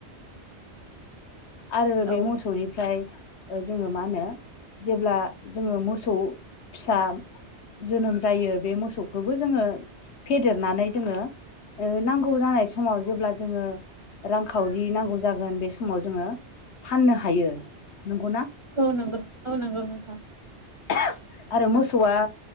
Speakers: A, on the left; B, on the right.
A: आरो बे
B: औ
A: मोसौनिफ्राय जोङो मा होनो जेब्ला जोङो मोसौ फिसा जोनोम जायो बे मोसौखौबो जोङो फेदेरनानै जोङो ओ नांगौ जानाय समाव जेब्ला जोङो रांखावरि नांगौ जागोन बे समाव जोङो फाननो हायो। नंगौना
B: औ नोंगौ औ नोंगौ नोंथां
A: <unintelligible> आरो मोसौआ